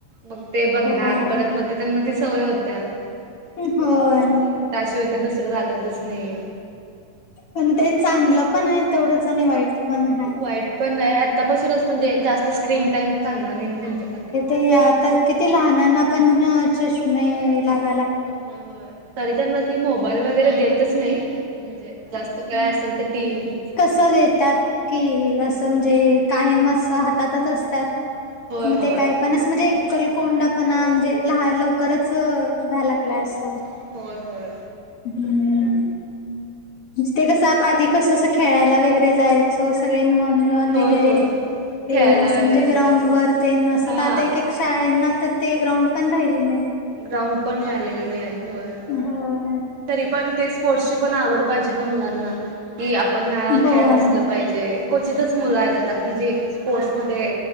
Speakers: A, on the right; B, on the left.
A: मग ते बघणार
B: होय.
A: परत मग ते त्यांना ती सवय होत्या
B: होय
A: की बघायचंय. त्याशिवाय ते दुसरं लागतच नाही.
B: पण ते चांगलं पण आहे तेवढंच आणि वाईट पण आहे.
A: वाईट पण आतापासूनच म्हणजे जास्त स्क्रीन टाइम चांगला नाही ना त्यांच्यासाठी.
B: ये आता. किती लहानांना पण चष्मे लाग
A: हो होय तरी त्यांना ती मोबाईल वगैरे देतच नाही म्हणजे जास्त काय असेल तर टीव्ही.
B: देतात की असं म्हणजे कायम अस हातातच असतात.
A: होय
B: म
A: होय.
B: ते काय? पण असं म्हणजे कलकोंडापणा म्हणजे लहा लवकरच व्हायला लागलाय
A: होय
B: अस.
A: होय होय होय
B: हम्म <inaudible> ते कसं आप आधी कसं असं खेळायला वगैरे जायचो सगळे मिळून. रण
A: होय
B: वगैरे
A: होय
B: ते
A: खेळायला
B: अस
A: वगैरे
B: म्हणजे
A: जायचं
B: ग्राउंड वर.
A: ते
B: शाळेना
A: हा
B: तर ते ग्राउंड पण राहिले नाही.
A: ग्राउंड पण राहिलेले नाही होय
B: होय
A: तरी पण तेच. स्पोर्टसची पण आवड पाहिजे ना मुलांना की आपण ह्या
B: होय
A: खेळत असलं पाहिजे. क्वचितच मुलं आहेत आता की जे स्पोर्टस मध्ये.